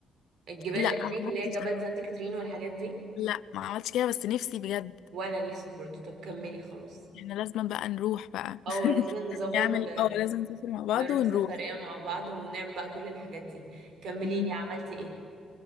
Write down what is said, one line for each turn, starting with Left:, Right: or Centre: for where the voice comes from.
Right: الجبال
Left: لا
Right: اللي هناك
Left: ما
Right: اللي
Left: عملتش
Right: هي جبل
Left: ده
Right: سانت كاترين والحاجات دي
Left: لا ما عملتش كده بس نفسي بجد
Right: وانا نفسي برضو طب كملي خلاص
Left: احنا لازم بقى نروح بقى
Right: اه
Left: <laughs>
Right: لازم نظبط
Left: نعمل
Right: آم،
Left: اه لازم نسافر مع بعض
Right: نروح
Left: ونروح
Right: سفرية مع بعض ونعمل بقى كل الحاجات دي كملي
Left: كده
Right: لي عملتي ايه